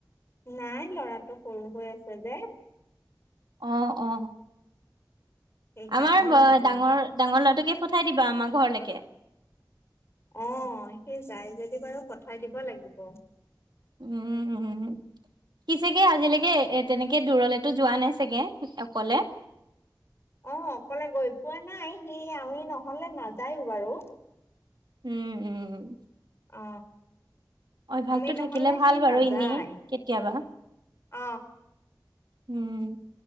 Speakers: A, on the left; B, on the right.
A: নাই ল'ৰাটো সৰু হৈ আছে যে।
B: অ অ
A: সেইকাৰণে
B: আমাৰ
A: নাযাওঁ।
B: ডাঙৰ, ডাঙৰ ল'ৰাটোকে পঠাই দিবা আমাৰ ঘৰলৈকে।
A: অ সি যায় যদি বাৰু পঠাই দিব লাগিব।
B: উম উম, কি চাগে আজিলৈকে এ তেনেকে দূৰলেতো যোৱা নাই চাগে অকলে।
A: অ অকলে গৈ পোৱা নাই সি আমি নহলে নাযায়ো বাৰু
B: উম উম,
A: অ
B: অভ্যাসটো
A: আমি নহলে
B: থাকিলে ভাল
A: সি
B: বাৰু
A: নাযায়
B: এনেই কেতিয়াবা।
A: অ,
B: উম